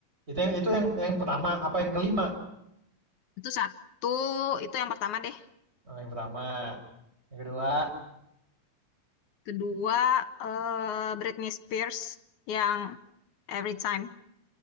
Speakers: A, on the right; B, on the left.
A: Itu yang itu yang yang pertama, apa yang kelima?
B: Itu satu, itu yang pertama deh.
A: Oh, yang pertama. Yang kedua
B: Kedua, eh, Britney Spears yang Every Time.